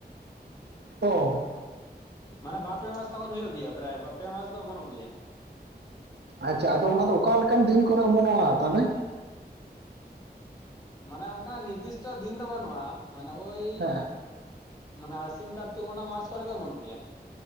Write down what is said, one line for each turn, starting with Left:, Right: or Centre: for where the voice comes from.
Right: ᱚ,
Left: ᱢᱟᱱᱮ ᱵᱟᱨ ᱯᱮ ᱢᱟᱥ ᱛᱚᱠᱷᱚᱱ ᱦᱩᱭᱩᱜ ᱜᱮᱭᱟ ᱯᱨᱟᱭ ᱵᱟ, ᱯᱮ ᱢᱟᱥ ᱫᱚ ᱚᱢᱚᱱᱚᱜ ᱜᱮᱭᱟ᱾
Right: ᱟᱪᱪᱷᱟ, ᱟᱫᱚ ᱚᱱᱟᱫᱚ ᱚᱠᱟ ᱞᱮᱠᱟᱱ ᱫᱤᱱ ᱠᱚᱨᱮ ᱚᱢᱚᱱᱚᱜᱼᱟ ᱛᱟᱦᱚᱞᱮ?
Left: ᱢᱟᱱᱮ ᱚᱝᱠᱟ ᱱᱤᱨᱫᱤᱥᱴᱚ ᱫᱤᱱ ᱫᱚ ᱵᱟᱹᱱᱩᱜᱼᱟ ᱢᱟᱱᱮ ᱳᱭ,
Right: ᱦᱮᱸ
Left: ᱢᱟᱱᱮ ᱟᱥᱤᱱ ᱠᱟᱨᱛᱤᱠ ᱚᱱᱟ ᱢᱟᱥ ᱠᱚᱨᱮ ᱜᱮ ᱚᱢᱚᱱᱚᱜ ᱜᱮᱭᱟ